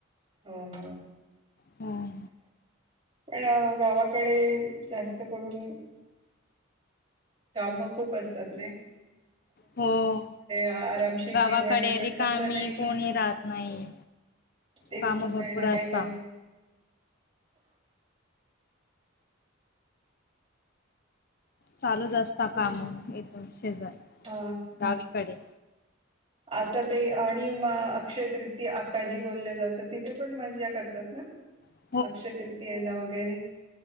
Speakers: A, on the right (about 30°); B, on the left (about 45°).
A: हम्मं हम्मं
B: हां
A: पणं गावांकडे जास्तं करूंन कामं खूंप असतांत नाहीं
B: ह <unintelligible> हो
A: आरामशीर
B: गावांकडे
A: जीवन आहे पण
B: रीकांमी
A: तसं नाहीये.
B: कोणी राहतं नाहीं
A: तेच
B: कामं
A: ना
B: भरंपूर
A: काही ना काही
B: असतां
A: काय
B: चालूंच असतां
A: तुम
B: कामं येथूंन शेजार
A: हा
B: गावीकडे
A: आतां ते आणि मं अक्षय तृती अखांजी बोलले जाते तिथे पणं मज्जां करतांत नां
B: ह <unintelligible>
A: अक्षय तृतीयेला वगैरें